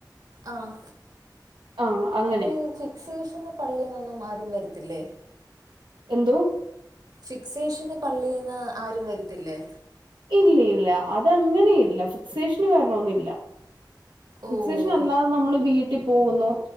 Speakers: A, on the right; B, on the right.
A: ആഹ്
B: ആഹ് അങ്ങനെ
A: അപ്പ ഈ സേഷൻ പള്ളിന്നൊന്നും ആരും വരത്തില്ലേ
B: എന്തോ
A: ഫിക്സേഷന് പള്ളീന്ന് ആരും വെരത്തില്ലേ
B: ഇല്ല ഇല്ല അതങ്ങനെ ഇല്ല ഫിക്സേഷന് വരണൊന്നില്ല
A: ഓഹ്
B: ഫിക്സേഷൻ അല്ലാത നമ്മള് വീട്ടി പോകുന്നു